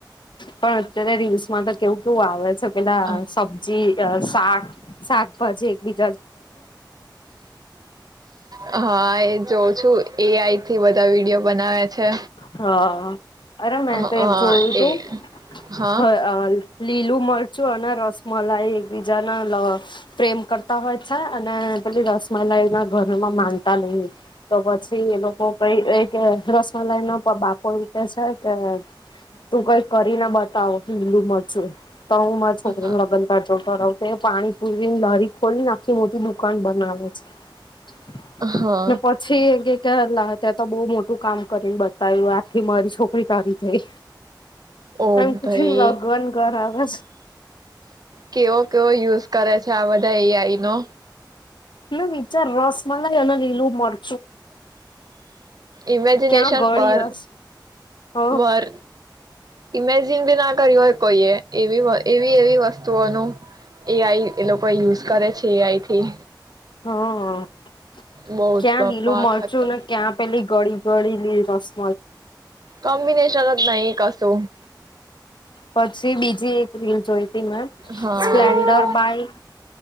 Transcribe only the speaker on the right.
અ
હા એ જોઉં છું એ આઈ. થી બધા વિડીયો બનાવે. છે
હા
એ હા
હા
હા
ઓ
ભાઈ
કેવો કેવો યુઝ કરે છે આ બધા એઆઈ નો.
ઇમેજિનેશન
બાર
બાર ઈમેજિન બી ના કર્યું હોય કોઈએ એવી એવી એવી વસ્તુઓનું એઆઈ એ લોકો યુઝ કરે છે એઆઈથી
બહુ
જ બાપા
ખતર
કોમ્બિનેશન જ નહી કસું
હા